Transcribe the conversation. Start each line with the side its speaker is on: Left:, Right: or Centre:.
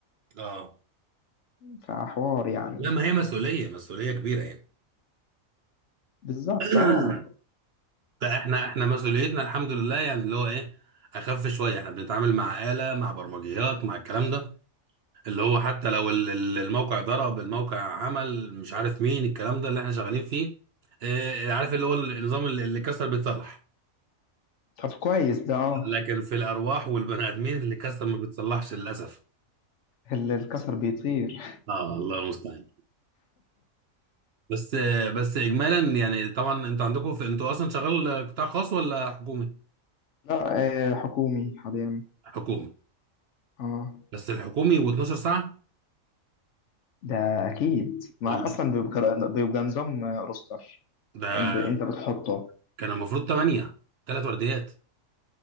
Right: اه
Left: فحوار يعني
Right: لا ما هي مسؤولية مسؤولية كبيرة يعني
Left: بالظبط
Right: <clears throat>
Left: اه
Right: لا احنا احنا مسؤوليتنا الحمد لله يعني اللي هو ايه اخف شويه احنا بنتعامل مع آلة مع برمجيات مع الكلام ده اللي هو حتى لو ال- ال- الموقع ضرب الموقع عمل مش عارف مين الكلام ده اللي احنا شغالين فيه اه عارف اللي هو النظام اللي اللي كسر بيتصلح
Left: طب كويس ده اه
Right: لكن في الارواح والبني ادمين اللي كسر ما بيتصلحش للاسف
Left: ال- الكسر بيطير
Right: اه الله المستعان بس آه، بس اجمالا يعني طبعا انتوا عندكم في انتوا اصلا شغال قطاع خاص ولا حكومي
Left: لا آه، حكومي حاليا
Right: حكومي
Left: اه
Right: بس الحكومي و12 ساعه
Left: ده اكيد ما
Right: والله
Left: اصلا بيبقى بيبقى نظام روستر
Right: ده
Left: انت انت بتحطه
Right: كان المفروض ثمانية ثلاث ورديات